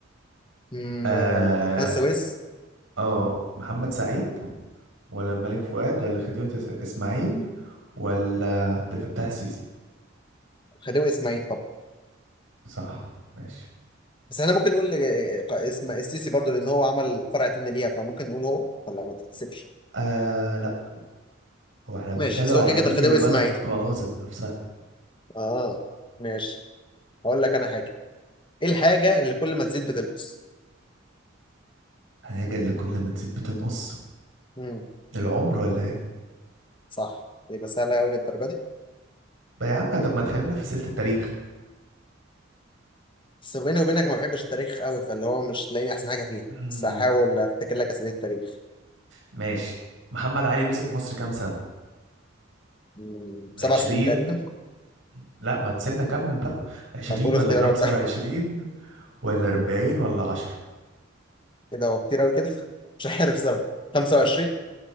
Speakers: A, on the left (about 25°); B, on the right (about 75°).
A: امم
B: اه
A: قناه السويس
B: آه، محمد سعيد ولا الملك فؤاد ولا خديوي تس- اسماعيل ولا عبد الفتاح السيسي
A: خديوي اسماعيل طب
B: صح ماشي
A: بس احنا ممكن نقول آه، ق- اسم السيسي برضو لان هو عمل فرع تاني ليها فممكن نقول هو ولا ما تتحسبش
B: آه لا هو احنا بنتكلم
A: ماشي بس
B: على
A: هو كده
B: مين
A: كده خديوي
B: اللي بنى
A: اسماعيل
B: القناة ذات نفسها
A: اه ماشي هقول لك انا حاجه ايه الحاجه اللي كل ما تزيد بتنقص
B: حاجة اللي كل ما تزيد بتنقص
A: امم
B: العمر ولا ايه
A: صح يبقى سهله قوي للدرجه دي
B: بقى يا عم طب ما تخلينا في سلة التاريخ
A: بس بيني وبينك ما بحبش التاريخ قوي فاللي هو مش تلاقيني احسن حاجه فيه
B: مم،
A: بس هحاول افتكر لك اسامي التاريخ
B: ماشي محمد علي مسك مصر كام سنة
A: مم،
B: عشرين
A: سبع سنين تقريبا
B: لا ما تسيبنا كمل بقى عشرين
A: طب قول
B: ولا
A: اختيارات
B: خمسة
A: <laughs> طيب
B: وعشرين ولا أربعين ولا عشرة
A: كده هو كتير قوي كده <laughs> مش عارف صراحه 25